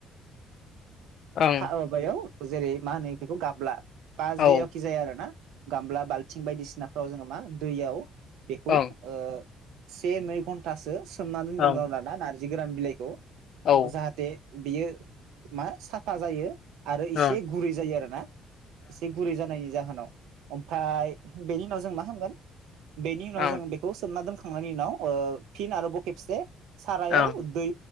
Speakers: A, on the left; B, on the right.
A: ओं
B: हा माबायाव जेरै मा होनो बेखौ गाबला बा
A: औ
B: जेखि जाया आरो ना गामब्ला बाल्थिं बायदिसिनाफ्राव जोङो मा दैयाव बेखौ
A: ओं
B: ओ से, नै घन्टासो सोमना दोनदों
A: ओं
B: <unintelligible> जि गोरान बिलाइखौ
A: औ ओं
B: जाहाथे बियो मा साफा जायो। आरो एसे
A: ओं
B: गुरै जायो आरो ना? एसे गुरै जानायनि जाहोनाव ओमफ्राय बेनि उनाव जों मा खालामगोन बेनि उनाव
A: ओं
B: जों बे सोमना दोनखांनायनि उनाव ओ फिन आरोबाव खेबसे सारायाव
A: ओं
B: दै